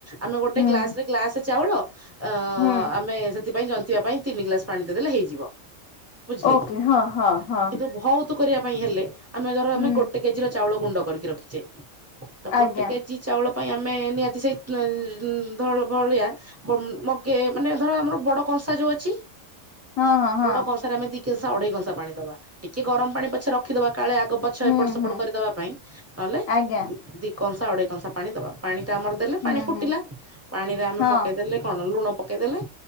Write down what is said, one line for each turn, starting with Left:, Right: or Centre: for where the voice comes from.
Right: ଆମେ ଗୋଟେ
Left: ହୁଁ
Right: ଗ୍ଲାସରେ ଗ୍ଲାସେ ଚାଉଳ ଆ
Left: ହୁଁ
Right: ଆମେ ସେଥିପାଇଁ ଜନ୍ତିବା ପାଇଁ ତିନି ଗ୍ଲାସ୍ ପାଣି ଦେଇ ଦେଲେ ହେଇଯିବ ବୁଝିଲେ
Left: ଓକେ
Right: କି
Left: ହଁ ହଁ ହଁ
Right: କିନ୍ତୁ ଭୋଉତ୍ ତୁ କରିବା ପାଇଁ ହେଲେ ଆମେ ଧର
Left: ହୁଁ
Right: ଆମେ ଗୋଟେ କେଜିର ଚାଉଳ ଗୁଣ୍ଡ କରିକି ରଖିଛେ ତ ଗୋଟେ
Left: ଆଜ୍ଞା
Right: କେ ଜି ଚାଉଳ ପାଇଁ ଆମେ ନିହାତି ସେଇ ଉଁ <unintelligible> ଭଳିଆ ବୋ ଉଁ ମଗେ ମାନେ ଧର ଆମର ବଡ କଂସା ଯୋଉ ଅଛି
Left: ହଁ ହଁ ହଁ
Right: ବଡ କଂସାରେ ଆମେ ଦି କେଂସା ଅଢେଇ କଂସା ପାଣି ଦବା ଟିକେ ଗରମ ପାଣି ପଛେ ରଖିଦବା କାଳେ ଆଗ ପଛ
Left: ହୁଁ
Right: ଏପଟ ସେପଟ
Left: ହୁଁ
Right: କରି ଦବା ପାଇଁ ନହେଲେ
Left: ଆଜ୍ଞା
Right: ଉଁ ଦି କଂସା ଅଢେଇ କଂସା ପାଣି ଦବା ପାଣିଟା ଆମର ଦେଲେ
Left: ହୁଁ
Right: ପାଣି ଫୁଟିଲା
Left: ହୁଁ
Right: ପାଣିରେ ଆମେ
Left: ହଁ
Right: ପକେଇ ଦେଲେ କଣ ଲୁଣ ପକେଇ ଦେଲେ